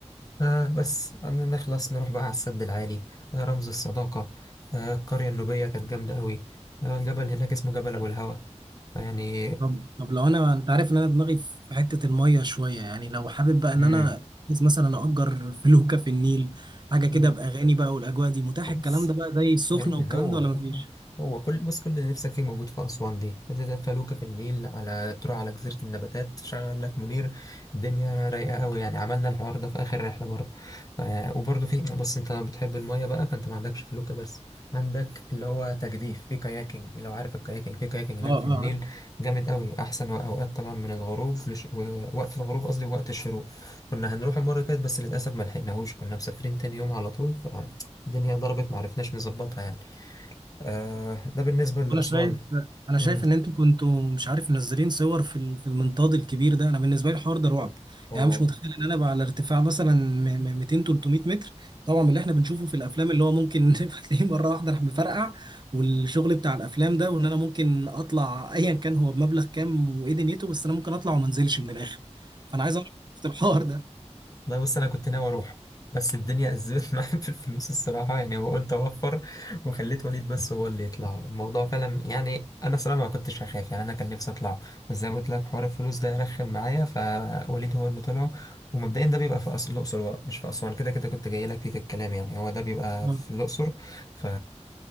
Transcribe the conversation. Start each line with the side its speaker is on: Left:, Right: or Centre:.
Left: آه بس عندنا نخلص نروح بقى على السد العالي آه رمز الصداقة آه القرية النوبية كانت جامدة قوي آه جبل هناك اسمه جبل أبو الهوى فيعني
Right: طب طب لو انا انت عارف ان انا دماغي في حته الميه شويه يعني لو حابب بقى ان
Left: آه،
Right: انا عايز مثلا اجر <laughs> فلوكه في النيل حاجه كده
Left: مم.
Right: باغاني بقى والاجواء دي متاح الكلام
Left: بس
Right: ده بقى زي السخنه
Left: جميل
Right: والكلام
Left: اللي هو
Right: ده ولا مفيش؟
Left: هو كل بس كل اللي نفسك فيه موجود في أسوان دي هتبقى فلوكة في النيل على تروح على جزيرة النباتات شغل لك منير الدنيا رايقة قوي يعني عملنا الحوار ده في آخر رحلة برضه آه وبرضه في بس أنت بتحب المية بقى فأنت ما عندكش فلوكة بس عندك اللي هو تجديف في كاياكينج لو عارف الكاياكينج في كاياكينج هناك
Right: اه
Left: في النيل
Right: اه
Left: جامد قوي أحسن أوقات طبعا من الغروب لش... و- وقت الغروب قصدي وقت الشروق كنا هنروح المرة اللي فاتت بس للأسف ما لحقناهوش كنا مسافرين تاني يوم على طول الدنيا ضربت معرفناش نظبطها يعني آه ده بالنسبة لأسوان
Right: انا شايف انا
Left: مم.
Right: شايف ان انتوا كنتوا مش عارف منزلين صور في ال- في المنطاد الكبير ده انا بالنسبه لي الحوار ده رعب
Left: اه
Right: يعني انا مش متخيل ان انا بقى على ارتفاع مثلا م- م- 200 300 متر طبعا من اللي احنا بنشوفه في الافلام اللي هو ممكن <laughs> تلاقيه مره واحده راح مفرقع والشغل بتاع الافلام ده وان انا ممكن اطلع <laughs> ايا كان هو بمبلغ كام وايه دنيته بس انا ممكن اطلع وما انزلش من الاخر فانا عايز اعرف قصة الحوار ده
Left: والله بص أنا كنت ناوي أروح بس الدنيا أزمت <laughs> معايا في الفلوس الصراحة يعني وقلت أوفر وخليت وليد بس هو اللي يطلع الموضوع فعلا يعني أنا صراحة ما كنتش هخاف يعني أنا كان نفسي أطلع بس زي ما قلت لك حوار الفلوس ده رخم معايا فوليد هو اللي طلع ومبدئيا ده بيبقى في أس- الأقصر بقى مش في أسوان كده كده كنت جاي لك فيه في الكلام يعني هو ده بيبقى
Right: آه،
Left: في الأقصر ف